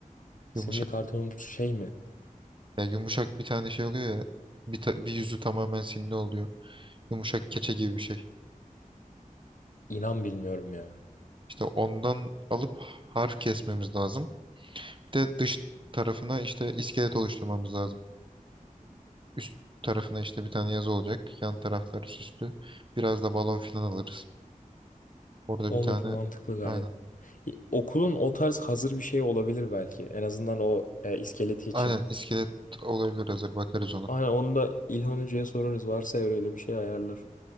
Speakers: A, on the left (about 65°); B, on the right (about 35°).
A: Simli
B: Yumuşak.
A: kartonumuz şey mi?
B: Ya yumuşak bir tane şey oluyor ya. Bir, ta- bir yüzü tamamen simli oluyor. Yumuşak keçe gibi bir şey.
A: İnan bilmiyorum ya.
B: İşte ondan alıp harf kesmemiz lazım. Bir de dış tarafına işte iskelet oluşturmamız lazım. Üst tarafına işte bir tane yazı olacak. Yan taraflar süslü. Biraz da balon filan alırız. Orada
A: Olur,
B: bir tane
A: mantıklı gayet.
B: aynen,
A: Y- Okulun o tarz hazır bir şey olabilir belki. En azından o e, iskeleti için.
B: aynen iskelet olabilir hazır bakarız ona.
A: Aynen onu da İlhan Hoca'ya sorarız. Varsa eğer öyle bir şey ayarlar.